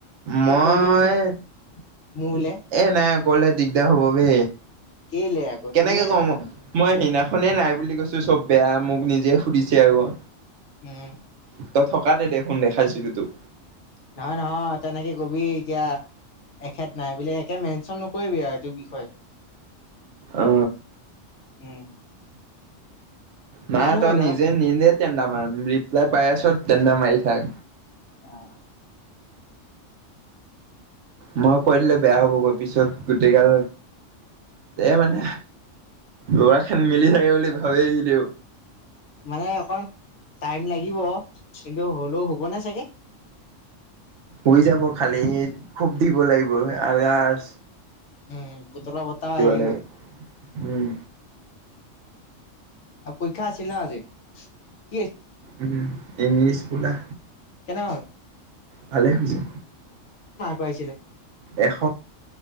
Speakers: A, on the right; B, on the left.
A: মই
B: তই কৈ দিবিচোন মোলে
A: এ নাই কলে দিগদাৰ হ'ব বে
B: কেলে আকৌ
A: কেনেকে
B: তুমিয়ে
A: কওঁ
B: দেখোন
A: মই সিদিনাখনে নাই বুলি কৈছোঁ চব বেয়া মোক নিজে সুধি ছে আগত
B: উম
A: তই থকাতে দেখোন দেখাইছিলো তোক
B: নহয় নহয় তেনেকে কবি এতিয়া এখেত নাই বোলে একে মে। ত নকৰিবিয়া এইটো। বিষয়ে
A: অ
B: উম
A: নাই
B: ভাল
A: তই
B: হ'ল
A: নিজে
B: হয়
A: নি নে। তেন্তা মাৰ ৰিপ্লাই পাই আছ তেন্তা মাৰি থাক।
B: অ
A: মই কৈ দিলে বেয়া হ'ব গৈ পিছত গোটেই গাল এ মানে লৰাখিনি মিলি থাকে বুলি ভাবে ভি।
B: মানে অকণ। টাইম লাগিব কিন্তু হ'লেও হুব নে চাগে।
A: উৰি যাব খালি খুব দিব লাগিব আৰাছ।
B: উম পুতলা বত্তাও আহি
A: লাগিব
B: গ'ল।
A: উম।
B: আৰু পৰীক্ষা আছিল <unintelligible>
A: উম ইংলিছ কুলা
B: কেনেকুৱা হ'ল
A: ভালে হৈছে।
B: পাইছিলে
A: এশ,